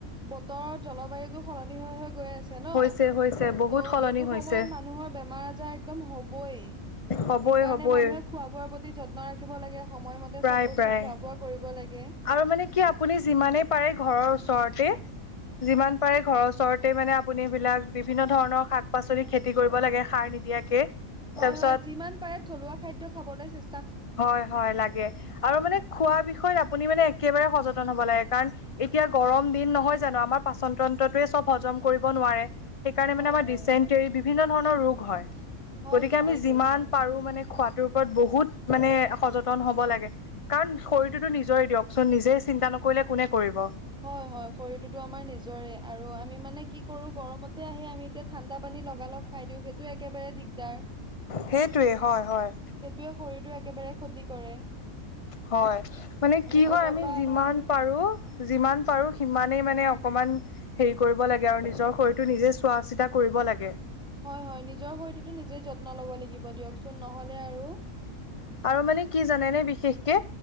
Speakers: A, in the centre; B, on the left.
A: বতৰ জলবায়ুতো সলনি হৈ হৈ গৈ আছে ন,
B: হৈছে হৈছে বহুত
A: ত
B: সলনি
A: এইটো
B: হৈছে
A: সময়ত মানুহৰ বেমাৰ আ জাৰ একদম হ'বই,
B: হ'বই
A: সেইকাৰণে
B: হ'বই
A: মানুহে খোৱা বোৱাৰ প্ৰতি যত্ন ৰাখিব লাগে। সময়মতে
B: প্ৰায়
A: চব বস্তু
B: প্ৰায়
A: খোৱা বোৱা কৰিব লাগে।
B: আৰু মানে কি আপুনি যিমানে পাৰে ঘৰৰ ওচৰতে যিমান পাৰে ঘৰৰ ওচৰতে মানে আপুনি বিলাক বিভিন্ন ধৰণৰ শাক পাচলি খে খেতি কৰিব লাগে সাৰ নিদিয়াকে
A: হয়
B: তাৰপিছত
A: হয় যিমান পাৰে থলুৱা খাদ্য খাবলৈ চে
B: হয় হয় লাগে আৰু মানে খোৱা বিষয়ত আপুনি মানে একেবাৰে সচেতন হ'ব লাগে কাৰণ এতিয়া গৰম দিন নহয় জানো আমাৰ পাচন তন্ত্ৰটোয়ে চব হজম কৰিব নোৱাৰে। সেইকাৰণে
A: হয়
B: মানে আমাৰ
A: হয়
B: ডিচেণ্টেৰি বিভিন্ন ধৰণৰ ৰোগ হয়।
A: হয়
B: গতিকে
A: ঠিকেই
B: আমি যিমান
A: কৈছে।
B: পাৰো মানে খোৱাতোৰ ওপৰত বহুত মানে সযতন হ'ব লাগে। কাৰণ শৰীৰটোতো নিজৰে দিয়কচোন নিজে চিন্তা নকৰিলে কোনে কৰিব।
A: হয় হয় শৰীৰটোতো আমাৰ নিজৰে আৰু আমি মানে কি কৰো গৰমতে আহি আমি এতিয়া ঠাণ্ডা পানী লগালগ খাই দিও সেইটো একেবাৰে দিগদাৰ।
B: সেইটোৱে হয় হয়।
A: সেইটোৱে শৰীৰটোৰ একেবাৰে ক্ষতি কৰে।
B: হয়, মানে কি
A: কৰবাৰ
B: হয় আমি
A: পৰা
B: যিমান
A: আহি
B: পাৰোঁ যিমান পাৰোঁ সিমানেই মানে অকণমান হেৰি কৰিব লাগে আৰু নিজৰ শৰীৰটো নিজে চোৱা চিতা কৰিব লাগে।
A: হয় হয় নিজৰ শৰীৰটোতো নিজেই যত্ন ল'ব লাগিব দিয়কচোন নহ'লে আৰু
B: আৰু মানে কি জানে নে বিশেষকে